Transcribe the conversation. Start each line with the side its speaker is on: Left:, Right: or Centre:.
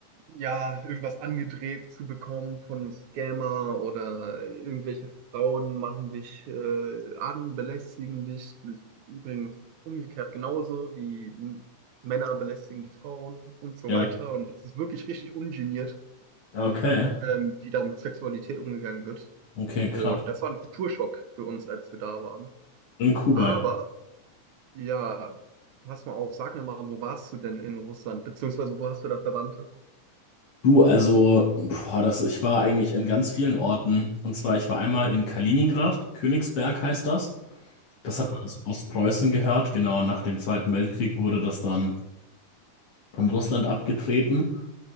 Right: ja, irgendwas angedreht zu bekommen von einem Scammer oder irgendwelche Frauen machen dich äh, an, belästigen dich. Das ist übrigens umgekehrt genauso. Die M- Männer belästigen die Frauen und so
Left: Ja.
Right: weiter. Und es ist wirklich richtig ungeniert,
Left: Okay.
Right: ähm, wie da mit Sexualität umgegangen wird.
Left: Okay, krass.
Right: Und das war ein Kulturschock für uns, als wir da waren.
Left: In Kuba,
Right: Aber
Left: ja.
Right: ja, pass mal auf, sag mir mal, wo warst du denn in Russland? Beziehungsweise wo hast du da Verwandte?
Left: Du, also, boah, das, ich war eigentlich in ganz vielen Orten. Und zwar, ich war einmal in Kaliningrad, Königsberg heißt das. Das
Right: Ja, ja.
Left: hat man zu Ostpreußen gehört. Genau, nach dem Zweiten Weltkrieg wurde das dann an Russland abgetreten.